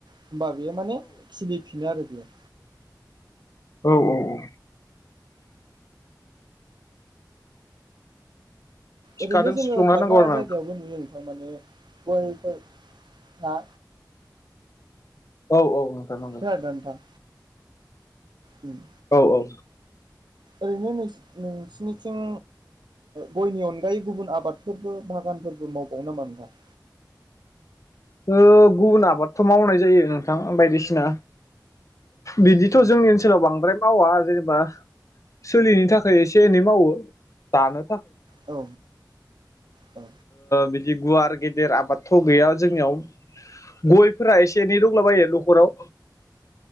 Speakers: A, on the right (about 80°); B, on the left (about 45°).
A: होमबा बेयो माने खिलिफिनो आरो बेयो।
B: औ औ थिखादों
A: ओरैनो जोङो
B: सुफ्लंना
A: खायफा
B: नांगौ आरो ना
A: जायगायावबो नुयो। माने गयफोर हा
B: औ औ नोंथां नंगौ।
A: खोनादोंना नोंथां? उम
B: औ औ
A: ओरैनो नोंसिनिथिं गयनि अनगायै गुबुन आबादफोरबो बाहागो। बागानफोरबो मावबावनो नामा नोंथां?
B: गुबुन आबादथ' मावनाय जायो नोंथां बायदिसिना बिदिथ'
A: औ
B: जोंनि ओनसोलाव बांद्राय मावा जेनेबा सोलिनि थाखाय एसे एनै मावो दानो।
A: औ औ
B: बिदि गुवार गेदेर आबादथ' गैया। जोंनियाव गयफोरा एसे एनै दंलाबायो न'खराव।